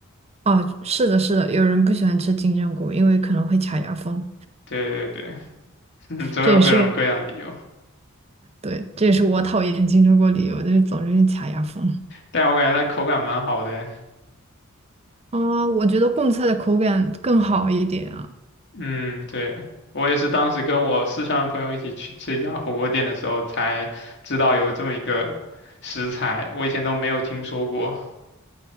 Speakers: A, on the right; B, on the left.
A: 哦，是的，是的，有人不喜欢吃金针菇，因为可能会卡牙缝，
B: 对对对，<laughs> 嗯总有各种各样的理由。
A: 这也是对，这也是我讨厌金针菇理由，就是总是卡牙缝。
B: 但我感觉它口感蛮好的。
A: 啊，我觉得贡菜的口感更好一点啊。
B: 嗯，对，我也是当时跟我四川的朋友一起去吃一家火锅店的时候，才知道有这么一个食材，我以前都没有听说过。